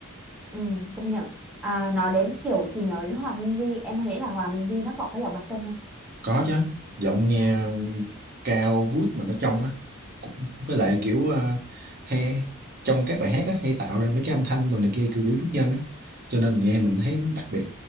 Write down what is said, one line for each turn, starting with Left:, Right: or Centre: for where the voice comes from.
Centre: ừ công nhận à, nói đến kiểu chị nhớ đến Hòa Minzy em thấy là Hòa Minzy nó còn có giọng đặc trưng không
Right: có chứ giọng nghe cao vút mà nó trong á Cũng- với lại kiểu ờ, hay trong các bài hát á hay tạo ra mấy cái âm thanh đồ này kia kiểu kiểu chút nhân á cho nên mình nghe mình thấy đặc biệt